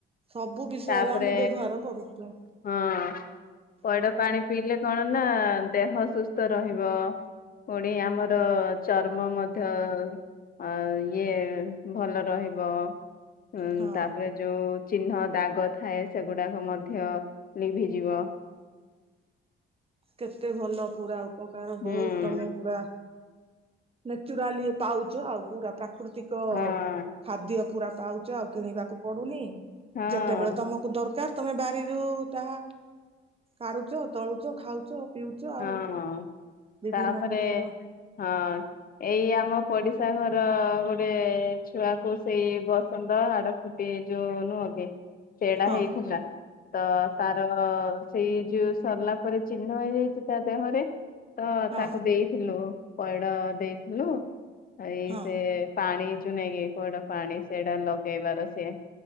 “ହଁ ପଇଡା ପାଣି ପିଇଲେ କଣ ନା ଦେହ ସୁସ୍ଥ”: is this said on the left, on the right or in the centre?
Left